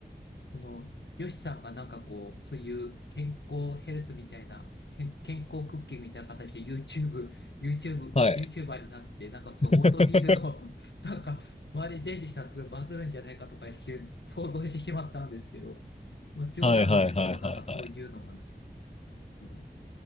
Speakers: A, on the left (about 80°); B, on the left (about 35°).
A: その、ヨシさんがなんかこう、そういう健康ヘルスみたいな、へん健康クッキングみたいな形で YouTube、YouTube、
B: はい。
A: YouTuber になって、なんかそのオートミールの、
B: <laughs>
A: <laughs> なんか周りに伝授したらすごいバズるんじゃないかとか一瞬想像してしまったんですけど、まあ冗談なんですけど、
B: はいはいはいはいはい。
A: なんかそういうのがね、こう